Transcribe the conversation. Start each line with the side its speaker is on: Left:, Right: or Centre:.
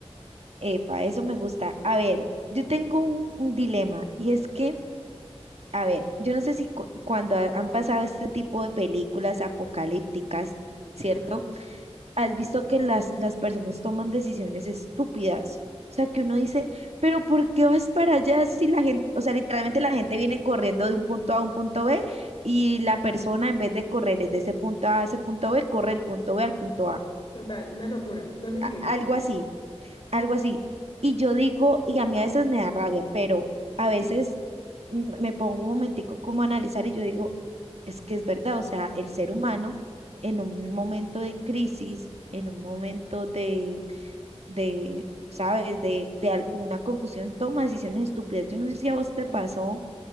Right: epa, eso me gusta. A ver, yo tengo un, un dilema y es que, a ver, yo no sé si cu- cuando ha- han pasado este tipo de películas apocalípticas, ¿cierto?
Left: Ajá,
Right: has visto que las, las personas toman decisiones estúpidas. O sea, que uno dice, pero ¿por qué vas para allá si la gente, o sea, literalmente la gente viene corriendo de un punto a a un punto B y la persona en vez de correr desde ese punto A a ese punto B, corre el punto B al punto A.
Left: Total, una locura. No lo entiendo.
Right: A- algo así algo así. Y yo digo, y a mí a veces me da rabia, pero a veces m- me pongo un momentico como a analizar y yo digo, es que es verdad, o sea, el ser humano en un momento de crisis, en un momento de, de ¿sabes?, de, de, al- de una confusión, toma decisiones estúpidas. Yo no sé si a vos te
Left: claro.
Right: pasó